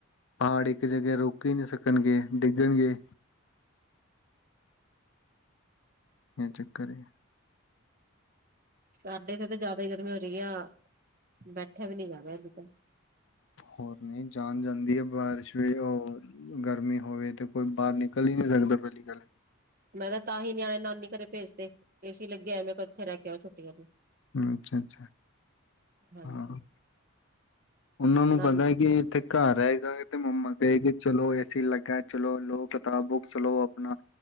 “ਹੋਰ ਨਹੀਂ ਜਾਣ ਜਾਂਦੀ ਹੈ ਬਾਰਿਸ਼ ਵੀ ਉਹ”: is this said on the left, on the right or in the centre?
Left